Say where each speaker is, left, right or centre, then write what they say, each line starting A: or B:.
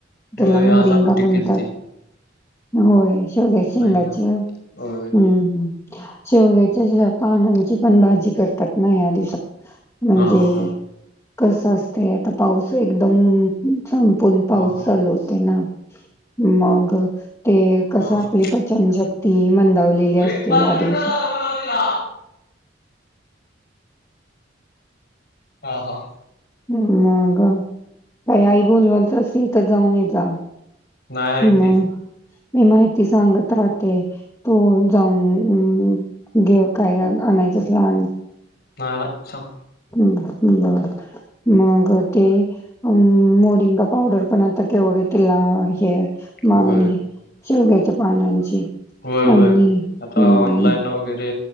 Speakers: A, on the left; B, on the left.
A: त्याला
B: होय
A: मोरिंगा
B: आज आमटी
A: म्हणतात.
B: केलती
A: होय, शेवग्याच्या शेंगांची,
B: आईन
A: हम्म
B: होय
A: हम्म. शेवग्याच्या पानांची पण भाजी करतात ना, या दिवसात? म्हणजे
B: हा हा हा
A: कस असतय, आता पाऊस एकदम संपून पाऊस
B: हा हा
A: चालू होतोय ना, मग ते कसं
B: हा
A: आपली
B: हा
A: पचनशक्ती मंदावलेली
B: तू
A: असते,
B: एक पाच
A: या
B: मिनिटात
A: दिवसात.
B: आलो म्हणाव तिला. हा हा.
A: मग काही आई बोलवाल तस इथं जाऊन ये जा.
B: नाही आहे
A: मग,
B: की
A: मी माहिती सांगत राहते. तो जाऊन, अ घे काय आणायचं असल आण.
B: नाही नाही सांग.
A: हं बर, मग ते अ मोरिंगा पावडर पण आता केवढं तिला हे मागणी
B: होय
A: शेवग्याच्या पानांची
B: होय होय,
A: आणि
B: आता
A: हम्म
B: ऑनलाईनला वैगेरे,